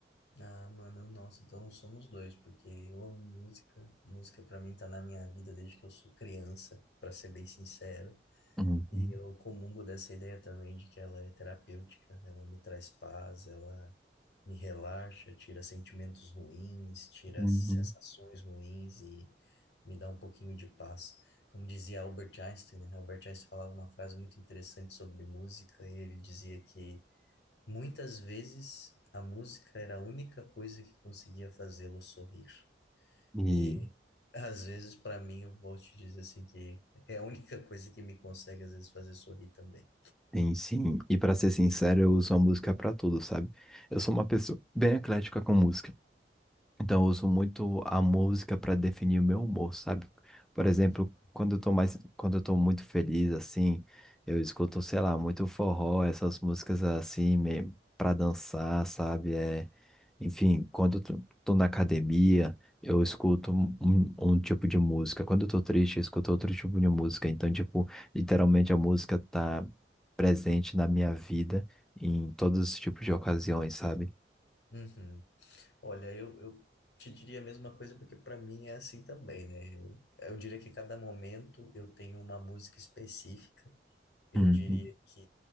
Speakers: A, on the left; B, in the centre.
A: Ah, mano, nossa, então somos dois, porque eu amo música. Música pra mim tá na minha vida desde que eu sou criança, pra ser bem sincero.
B: Uhum,
A: E eu comungo dessa ideia também de que ela é terapêutica, ela me traz paz, ela me relaxa, tira sentimentos ruins, tira
B: uhum.
A: sensações ruins e me dá um pouquinho de paz. Como dizia Albert Einstein, né? Albert Einstein falava uma frase muito interessante sobre música, e ele dizia que Muitas vezes a música era a única coisa que conseguia fazê-lo sorrir.
B: E,
A: E às vezes, para mim, eu vou te dizer assim que é a única coisa que me consegue às vezes fazer sorrir também.
B: tem sim, e pra ser sincero, eu uso a música pra tudo, sabe? Eu sou uma pessoa bem eclética com música. Então, eu uso muito a música para definir o meu humor, sabe? Por exemplo,
A: Uhum.
B: quando eu tô mais, quando eu tô muito feliz, assim, eu escuto, sei lá, muito forró, essas músicas assim, meio para dançar, sabe? É, enfim, quando eu tô tô na academia, eu escuto um, um tipo de música. Quando eu tô triste, eu escuto outro tipo de música. Então, tipo, literalmente a música tá presente na minha vida em todos os tipos de ocasiões, sabe?
A: Uhum. Olha, eu, eu te diria a mesma coisa porque para mim é assim também, né? Eu, eu diria que cada momento eu tenho uma música específica Eu
B: Uhum.
A: diria que